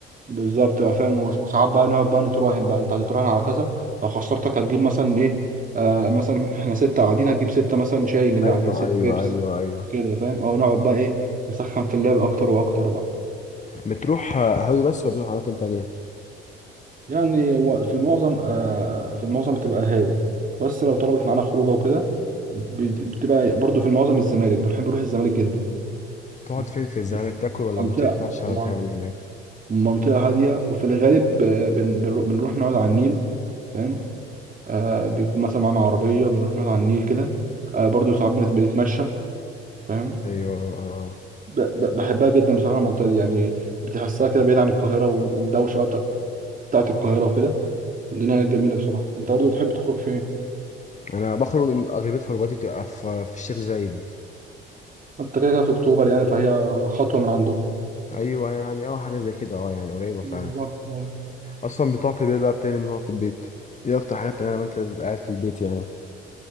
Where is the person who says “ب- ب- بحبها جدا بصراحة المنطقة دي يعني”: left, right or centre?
Right